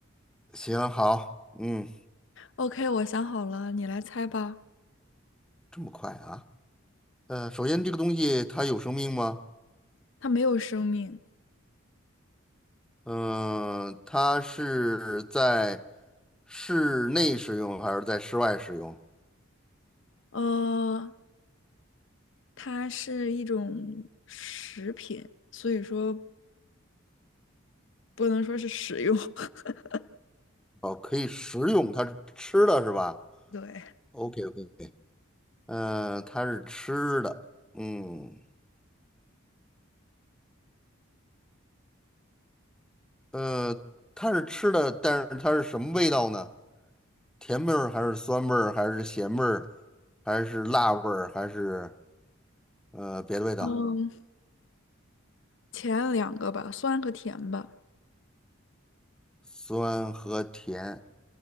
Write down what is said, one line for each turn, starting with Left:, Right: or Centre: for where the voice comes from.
Centre: 行，好，嗯，
Left: OK，我想好了，你来猜吧。
Centre: 这么快啊？呃，首先这个东西它有生命吗？
Left: 它没有生命，
Centre: 嗯，它是在室内使用还是在室外使用？
Left: 呃，它是一种食品，所以说不能说是食用。<laughs>
Centre: 哦，可以食用，它是吃的是吧
Left: 对，
Centre: ？OK OK，嗯、呃，它是吃的，嗯，呃，它是吃的，但是它是什么味道呢？甜味儿还是酸味儿，还是咸味儿，还是辣味儿，还是呃别的味道？
Left: 嗯，前两个吧，酸和甜吧。
Centre: 酸和甜。